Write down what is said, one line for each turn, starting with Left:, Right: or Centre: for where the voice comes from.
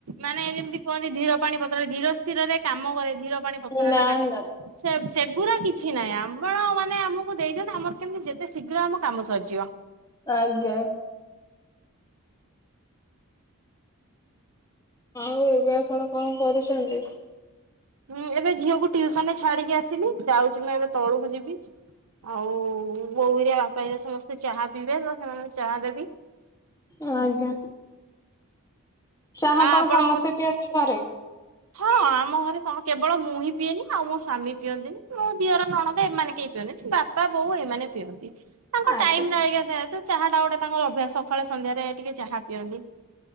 Right: ମାନେ ଯେମତି କୁହନ୍ତି ଧୀର ପାଣି ପଥର ଧୀର ସ୍ଥିରରେ କାମ କରେ ଧୀର ପାଣି ପଥର
Left: ନା
Right: ଟା କାଟେ।
Left: ନା
Right: ସେ ସେଗୁୁରା କିଛି ନାହିଁ ଆମ ମାନେ ଆମକୁ ଦେଇଦିଅନ୍ତୁ ଆମର କେମିତି ଯେତେ ଶୀଘ୍ର ଆମ କାମ ସରିଯିବ।
Left: ଆଜ୍ଞା। ଆଉ ଏବେ ଆପଣ କଣ କରୁଛନ୍ତି?
Right: ହୁଁ ଏବେ ଝିଅକୁ ଟିଉସନରେ ଛାଡିକି ଆସିଲି ଯାଉଛି ମୁଁ ଏବେ ତଳକୁ ଯିବି। ଆଉ ବୋଉ ହେରିକା ବାପା ବାପା ହେରିକା ସମସ୍ତେ ଚାହା ପିଇବେ ତ ସେମାନଙ୍କୁ ଚାହା ଦେବି।
Left: ଆଜ୍ଞା ଚାହା
Right: ଆ
Left: କଣ
Right: ଆପଣଙ୍କ
Left: ସମସ୍ତେ ପିଅନ୍ତି ଘରେ?
Right: ହଁ ଆମ ଘରେ ସମ୍ କେବଳ ମୁଁ ହିଁ ପିଏନି। ଆଉ ମୋ ସ୍ୱାମୀ ପିଅନ୍ତିନି ମୋ ଦିଅର ନଣନ୍ଦ ଏମାନେ କେହି ପିଅନ୍ତିନି ବାପ ପା ବୋଉ ଏମାନେ ପିଅନ୍ତି। ତାଙ୍କ
Left: ଆଜ୍ଞା।
Right: ଟାଇମ ନା ଆଇକା ଚାହା ଟା ଗୋଟେ ତାଙ୍କ ର ଅଭ୍ୟାସ ସକାଳେ ସନ୍ଧ୍ୟାରେ ଟିକେ ଚାହା ପିଅନ୍ତି।